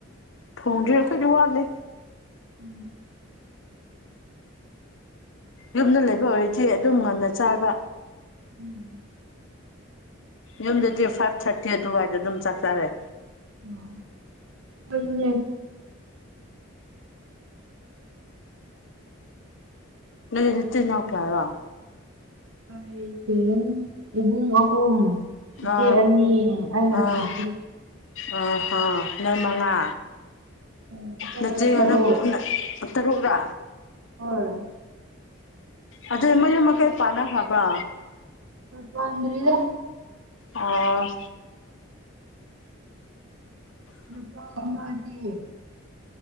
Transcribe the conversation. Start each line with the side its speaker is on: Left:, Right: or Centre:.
Left: ꯊꯣꯡꯗ꯭ꯔꯤ ꯑꯈꫭꯏꯗꯤ ꯋꯥꯠꯂꯤ꯫
Right: ꯎꯝ
Left: ꯌꯨꯝꯅ ꯂꯩꯕ ꯑꯣꯏꯔꯗꯤ ꯑꯗꯨꯝ ꯉꯟꯅ ꯆꯥꯌꯦꯕ꯫
Right: ꯎꯝ
Left: ꯌꯨꯝꯗꯗꯤ ꯐꯥꯏꯚ ꯊꯥꯔꯇꯤ ꯑꯗꯨꯋꯥꯏꯗ ꯑꯗꯨꯝ ꯆꯥꯛ ꯆꯥꯔꯦ꯫
Right: ꯑꫭ ꯑꯗꯨꯅꯦ꯫
Left: ꯅꯅꯦ ꯅꯆꯤꯟ ꯅꯥꯎ ꯀꯌꯥꯔꯣ꯫
Right: ꯑꯩꯇꯤꯟ ꯏꯕꯨꯡ ꯑꯍꯨꯝ ꯏꯆꯦ
Left: ꯑ
Right: ꯑꯅꯤ ꯑꯩꯅ
Left: ꯥ ꯑꯥ
Right: ꯑꯇꯣꯝꯕꯤ
Left: ꯑ ꯍꯥ ꯅ ꯃꯉꯥ
Right: ꯎꯝ ꯑꯩꯈꯣꯏ
Left: ꯅꯠꯆꯦꯒꯅ
Right: ꯇꯔꯨꯛ
Left: ꯇꯔꯨꯛꯔꯥ꯫
Right: ꯍꯣꯏ꯫
Left: ꯑꯗꯨ ꯃꯌꯨꯃ ꯃꯀꯩ ꯄꯥꯟꯅ ꯈꯕ꯭ꯔꯥ꯫
Right: ꯄꯥꯟꯗ꯭ꯔꯤꯗ꯫
Left: ꯑꫭ
Right: ꯅꯨꯄꯥ ꯑꯃꯒꯤ